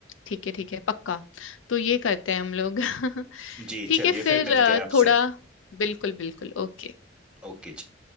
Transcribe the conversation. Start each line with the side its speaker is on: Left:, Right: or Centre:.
Left: ठीक है ठीक है पक्का तो ये करते हैं हम लोग <laughs>
Centre: जी
Left: ठीक
Centre: चलिए
Left: है फिर
Centre: फिर मिलते
Left: अ,
Centre: हैं आपसे
Left: थोड़ा बिल्कुल बिल्कुल ओके
Centre: ओके जी